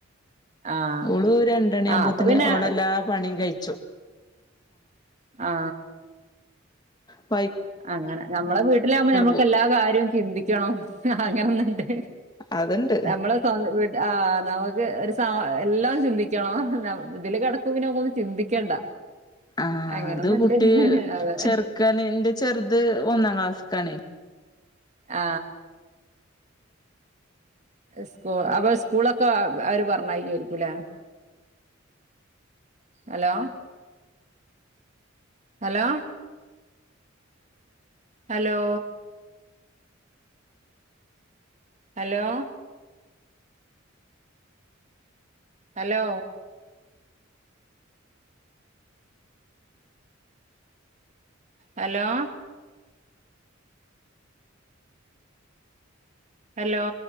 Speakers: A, on the right (about 35°); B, on the left (about 20°).
A: ആഹ്
B: ഓള് രണ്ടണി
A: ആഹ്
B: ആുമ്പോത്തിന്
A: അപ്പൊ പിന്നെ
B: ഓളെല്ലാ പണിയും കഴിച്ചു
A: ആ
B: ആ
A: അങ്ങനെ നമ്മളെ വീട്ടിലാകുമ്പോ നമ്മക്ക്
B: പോവും
A: എല്ലാ കാര്യവും ചിന്തിക്കണം അങ്ങനെന്നണ്ട്
B: അത്ണ്ട്
A: നമ്മള്ന്ത ആ നമുക്ക് ഒരു സ എല്ലാം ചിന്തിക്കണം ഇതില് കിടക്കും പിന്നെ ഒ ഒന്നന്ന് ചിന്തിക്കണ്ട
B: ആ
A: അങ്ങനൊന്നുണ്ട്
B: അത് കുട്ടി
A: അതെ
B: ചെറുക്കൻന്റെ ചെറ അത് ഒന്നാം ക്ലാസ്സക്കാാണ്േ
A: ആ സ്കൂ അപ്പൊ സ്കൂളൊക്കെ അവര് പറഞ്ഞായിക്കയിരിക്കൂലേ hello hello hello hello hello hello hello